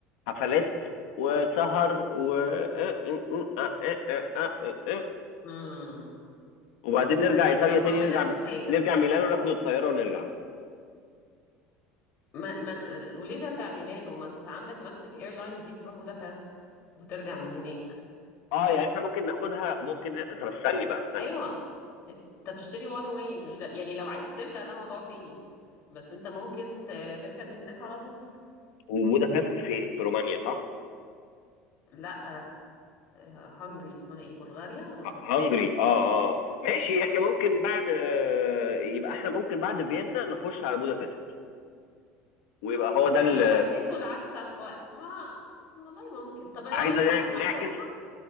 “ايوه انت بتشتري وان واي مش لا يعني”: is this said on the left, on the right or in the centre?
Left